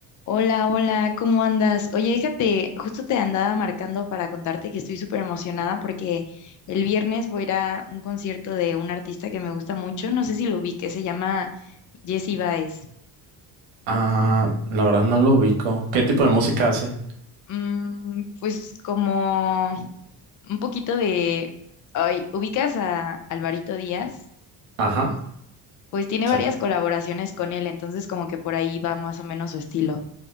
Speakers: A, on the left; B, on the right.
A: Hola, hola, ¿cómo andas? Oye, déjate, justo te andaba marcando para contarte que estoy súper emocionada porque el viernes voy a ir a un concierto de un artista que me gusta mucho, no sé si lo vi, que se llama Jesse Baez.
B: Ah, la verdad no lo ubico. ¿Qué tipo de música hace?
A: Mm, pues como un poquito de, ay, ubicas a Alvarito Díaz,
B: Ajá.
A: pues tiene
B: se-
A: varias colaboraciones con él, entonces como que por ahí va más o menos su estilo.